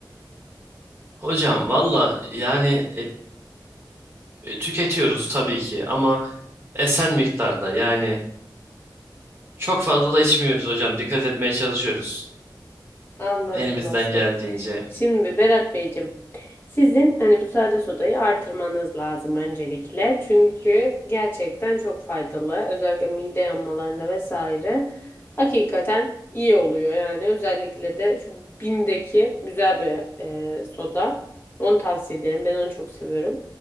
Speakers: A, on the right; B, on the left.
A: Hocam valla yani eee, tüketiyoruz tabii ki ama esen miktarda yani çok fazla da içmiyoruz hocam. Dikkat etmeye çalışıyoruz.
B: Anladım
A: Elimizden
B: dostum.
A: geldiğince.
B: Şimdi Berat Beyciğim, sizin hani bu sade sodayı artırmanız lazım öncelikle. Çünkü gerçekten çok faydalı. Özellikle mide yanmalarında vesaire. Hakikaten iyi oluyor yani. Özellikle de şu Bim'deki güzel bir e, soda. Onu tavsiye ederim. Ben onu çok seviyorum.